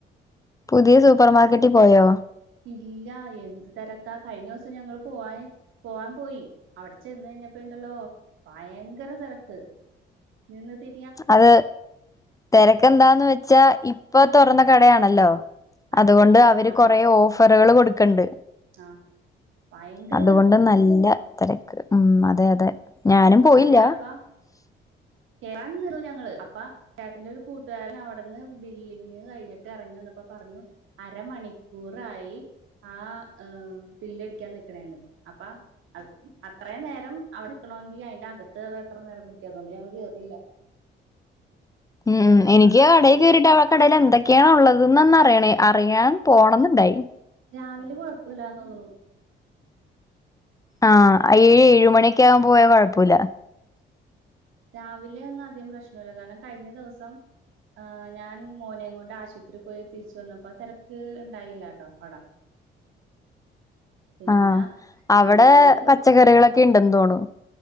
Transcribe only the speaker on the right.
ഇല്ല എന്ത് തെരക്കാ കഴിഞ്ഞോസം ഞങ്ങള് പോവാ പോകാൻ പോയി അവിടെ ചെന്ന് കയ്ഞ്ഞപ്പണ്ടല്ലോ ഭയങ്കര തെരക്ക് നിന്ന് തി
അതെ
ഓഫർ
ഒരുപാടുണ്ട്
ആ ഭയങ്കര
തെരക്ക്
ആ ഞാൻപ്പാ
കേറാൻ നിന്നു ഞങ്ങള് അപ്പ ചേട്ടന്റെ ഒരു കൂട്ടുകാരൻ അവിടുന്ന് ബില്ലിങ്ങ് കഴിഞ്ഞിട്ട് ഇറങ്ങി വന്നപ്പോ പറഞ്ഞു അരമണിക്കൂറായി ആ ഏ ബില്ലടിക്കാൻ നിക്കണേന്ന് അപ്പ അഹ് അത്രേം നേരം അവിടെക്കണോ ഈ അയിന്റെ അകത്ത് കേറാൻ എത്ര നേരം പിടിക്കും അതോണ്ട് ഞങ്ങള് കേറീല്ല.
തിരക്കാട
വൈകിട്ട്
രാവിലെ കൊഴപ്പല്ലാന്ന് തോന്നണു
രാവിലെ ഒന്നും അധികം പ്രശ്നല്ല. കാരണം കഴിഞ്ഞ ദിവസം ആഹ് ഞാൻ മോനെയും കൊണ്ട് ആശുത്രി പോയി തിരിച്ചു വന്നപ്പോ തെരക്ക്., ഇണ്ടായില്ലാട്ടോ അവ്ടേ പിന്നെ
ഇവനെയും കൊണ്ട്